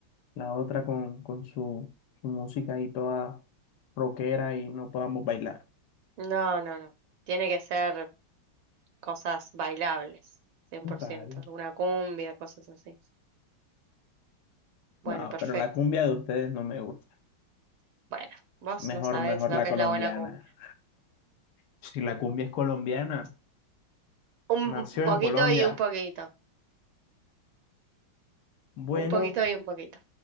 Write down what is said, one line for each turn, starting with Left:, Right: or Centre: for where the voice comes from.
Left: la otra con, con su, su música ahí toda rockera y no podamos bailar.
Right: No, no, no. Tiene que ser cosas bailables, cien
Left: Total.
Right: por ciento alguna cumbia, cosas así. Bueno,
Left: No,
Right: perfecto.
Left: pero la cumbia de ustedes no me gusta.
Right: Bueno, vos
Left: Mejor,
Right: no sabés
Left: mejor
Right: lo
Left: la
Right: que
Left: colombiana.
Right: es la buena cumbia.
Left: Si la cumbia es colombiana,
Right: Un
Left: nació en
Right: poquito
Left: Colombia.
Right: y un poquito.
Left: Bueno,
Right: Un poquito y un poquito.